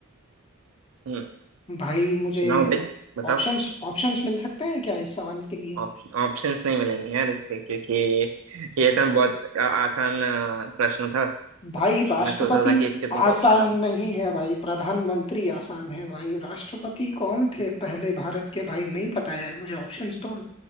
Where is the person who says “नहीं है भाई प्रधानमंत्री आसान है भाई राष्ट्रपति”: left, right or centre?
Left